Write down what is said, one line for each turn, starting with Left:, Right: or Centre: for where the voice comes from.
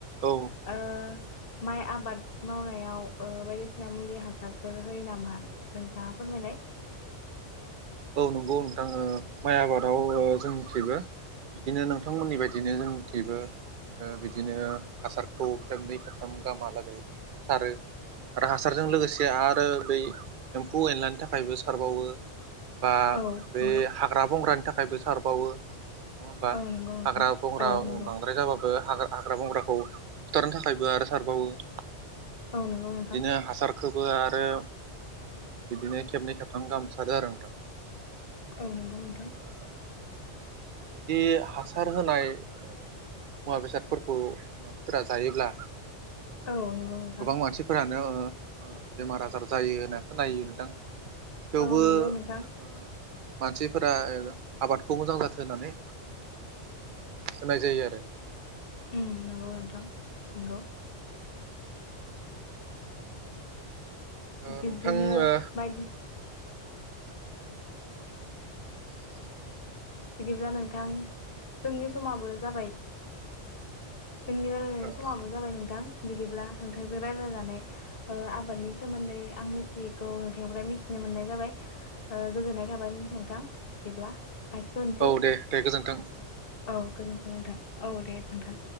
Right: औ
Left: ओ माइ आबाद मावनायाव बायदिसिना मुलि हासारफोर होयो नामा नोंथाङा फोरमायलाय?
Right: औ नंगौ नोंथां ओहो माइ आबाद मावओ जों थेबो बिदिनो नोंथांमोननि बायदिनो जों थेबो बिदिनो हासारखौ खेबनै खेबथाम गामालागै सारो आरो हासारजों लोगोसे आरो बै एम्फौ एनलानि थाखायबो सारबावो। बा
Left: औ
Right: बे
Left: नंगौ
Right: हाग्रा बंग्रानि थाखायबो सारबावो नङा होमबा
Left: औ नंगौ नोंथां
Right: हाग्रा बंग्रा
Left: औ नंगौ
Right: बांद्राय जाब ह हाग्रा बंग्राखौ सुथारनो थाखायबो आरो सारबावो। ओ
Left: औ नंगौ नोंथां।
Right: बिदिनो हासार खौबो आरो बिदिनो खेबनै खेबथाम गामसारो आरो नोंथां।
Left: औ नंगौ नोंथां।
Right: ओ बिदि हासार होनाय मुवा बेसादफोरखौ फोरा जायोब्ला
Left: औ नंगौ नोंथां
Right: गोबां मानसिफोरानो ओ बेमार आजार जायो होनना खोनायो नोंथां। थेवबो
Left: औ नंगौ नोंथां।
Right: ओ मानसिफोरा ओ आबादखौ मोजां जाथों होनानै होनाय जायो आरो
Left: ओ नंगौ नोंथां नंगौ।
Right: ओ
Left: बिब्दिनो
Right: नोंथां ओ
Left: बायदि
Right: औ नंगौ नोंथां
Left: बिदिब्ला नोंथां जोंनि समाबो जाबाय जोंनि रायलायनाय
Right: औ
Left: समाबो जाबाय नोंथां। बिदिब्ला नोंथांजों रायलायनानै ओ आबादनि सोमोन्दै आं मिथियैखौ नोंथांनिफ्राय मिथिनो मोननाय जाबाय ओ गोजोननाय थाबाय नोंथां बिदिब्ला। लाखिथ'नोसै
Right: औ दे दे गोजोन्थों
Left: औ गोजोन्थों नोंथां। औ दे नोंथां।